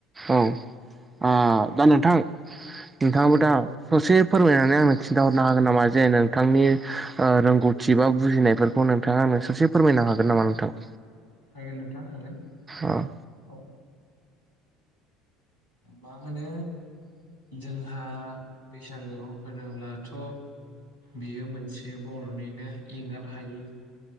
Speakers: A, on the right; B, on the left.
A: औ ओ दा नोंथां। नोंथाङाबो
B: औ
A: दा ससे फोरमायनानै आंनो खिन्था हरनो हागोन नामा जे नोंथांनि रोंगौथि बा बुजिनायफोरखौ नोंथाङा आंनो ससे फोरमायनो हागोन नामा नोंथां?
B: हागोन नोंथां हागोन
A: औ
B: औ। मा होनो जोंहा बैसागु होनोब्लाथ' बियो मोनसे बर' निनो एंगार हायै